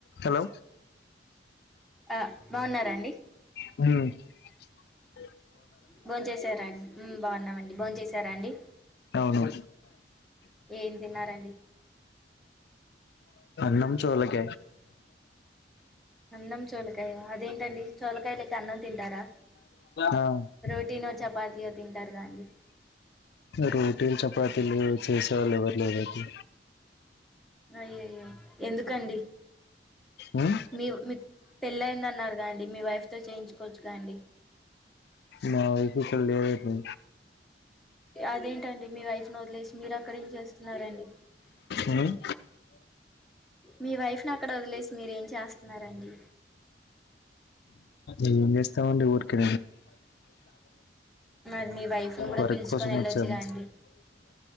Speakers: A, on the left; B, in the centre.
A: Hello
B: ఆ బాగున్నారాండి
A: హ
B: భోన్ చేసారా అండి బాగున్నామండి బోన్ చేసారా అండి
A: అవును
B: ఏం తిన్నారండి
A: న్నమ్ చోలక
B: అన్నం చూలకాయ అదేంటండి చూలకాయ లేక అన్నం తింటారా
A: ఆ
B: రోటీనో చపాతయో తింటారు ండి
A: రోటీలు చపాతీలు చేసే వాళ్ళు ఎవ్వరు లేదది
B: అయ్యయ్యో ఎందుకండి
A: ఉమ్
B: మీ మీ పెళ్ళయింది అన్నారు కదండీ మీ వైఫ్ తో చేయించుకోవచ్చుగా అండి
A: మా వైపు ఇక్కడ లేదు ఇప్పుడు
B: అదేం తండి మీ వైఫ్ను వదిలేసి మీరు అక్కడేం చేస్తున్నారండి
A: ఉమ్
B: మీ వైఫ్ ని అక్కడ వదిలేసి మీరు ఏం చేస్తున్నారండి
A: ఏం చేస్తామండి ఊరకె
B: మరి మీ వైఫ్ ను కూడా
A: వరి
B: పిలుచుకొని
A: కోసం
B: వెళ్ళొచ్చుగా
A: వచ్చాం
B: అండి